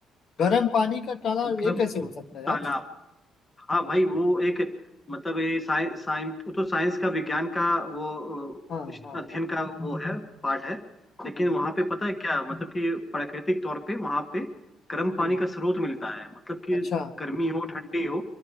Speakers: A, on the left; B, on the left.
A: गर्म पानी का तालाब
B: मतलब
A: ये कैसे हो सकता है यार
B: तालाब हाँ भाई वो एक मतलब ये साइ, साइंस वो तो साइंस का विज्ञान का वो
A: हाँ
B: अ,
A: हाँ
B: अध्ययन का वो है पार्ट है लेकिन
A: हम्म
B: वहां पे पता है क्या मतलब कि प्राकृतिक तौर पे वहां पे गर्म पानी
A: हम्म
B: का स्रोत मिलता है मतलब कि
A: अच्छा
B: गर्मी हो ठंडी हो